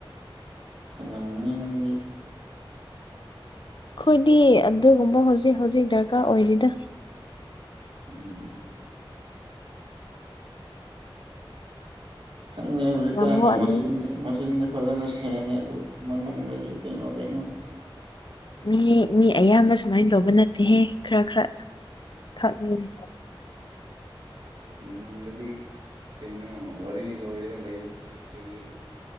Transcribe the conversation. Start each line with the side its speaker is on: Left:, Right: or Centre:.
Right: ꯈꯪꯉꯝꯃꯅꯤ ꯅꯪꯒꯤ
Left: ꯑꯩꯈꯣꯏꯗꯤ ꯑꯗꯨꯒꯨꯝꯕ ꯍꯧꯖꯤꯛ ꯍꯧꯖꯤꯛ ꯗꯔꯀꯥꯔ ꯑꯣꯏꯗꯅ
Right: ꯎꯝ ꯪ ꯍꯧꯖꯤ
Left: ꯌꯥꯝ
Right: ꯀꯥꯅꯦ
Left: ꯋꯥꯠꯂꯤ
Right: ꯃꯁꯟꯅꯤ ꯃꯁꯤꯅꯤ ꯐꯖꯅ ꯁꯦꯡꯉꯦ ꯑꯗꯨ ꯃꯅꯨꯡꯗꯗꯤ ꯀꯩꯅꯣ ꯀꯩꯅꯣ
Left: ꯃꯤ ꯃꯤ ꯑꯌꯥꯝꯕ ꯁꯨꯃꯥꯏꯅ ꯇꯧꯕ ꯅꯠꯇꯦꯍꯦ ꯈꯔ ꯈꯔ ꯈꯥꯉꯅꯦ
Right: ꯃꯅꯨꯡꯗꯗꯤ ꯀꯩꯅꯣ ꯋꯥꯔꯤ ꯂꯣꯏꯔꯒ ꯂꯩꯕ ꯃꯤꯁꯨ ꯂꯩꯌꯦ